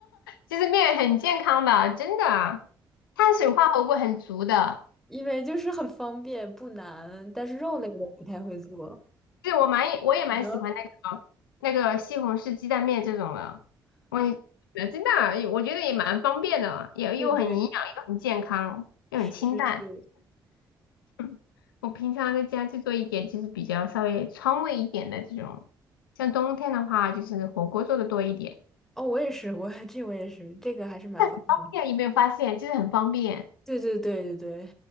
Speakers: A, on the left; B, in the centre.
A: 其实面很健康的，真的啊，碳水化合物很足的。
B: 因为就是很方便不难，但是肉类我不太会做。
A: 就是我蛮我也蛮喜欢那个那个西红柿鸡蛋面这种的，
B: 你呢？
A: 我也真的啊我觉得也蛮方便的，也又很营养，
B: 对对，
A: 又很健康，又很清淡。
B: 是是是。
A: <laughs> 我平常在家就做一点，就是比较稍微川味一点的这种。像冬天的话，就是火锅做的多一点，
B: 哦，我也是，我这我也是，这个还是蛮方便的。
A: 但很方便，有没有发现？就是很方便。
B: 对对对对对